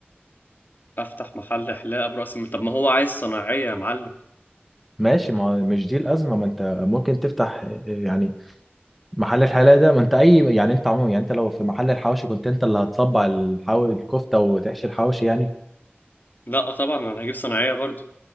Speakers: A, on the left; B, in the centre.
A: افتح محل حلاقه براس المال طب ما هو عايز صناعيه يا معلم
B: ماشي ما مش دي الأزمة ما أنت ممكن تفتح آه، يعني محل الحلاقة ده ما أنت أي يعني أنت عموما يعني أنت لو في محل الحواوشي كنت أنت اللي هتصبع الحو... الكفتة وتحشي الحواوشي يعني
A: لا طبعا انا هجيب صناعيه برضو